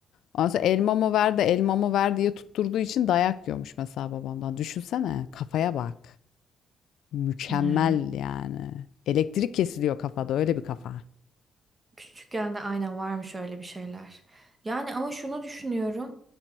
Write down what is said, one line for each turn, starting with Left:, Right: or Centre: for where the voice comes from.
Left: Ondan sonra elmamı ver de elmamı ver diye tutturduğu için dayak yiyormuş mesela babamdan. Düşünsene kafaya bak. Mükemmel
Right: Yani
Left: yani. Elektrik kesiliyor kafada öyle bir kafa.
Right: küçükken de aynen varmış öyle bir şeyler. Yani ama şunu düşünüyorum.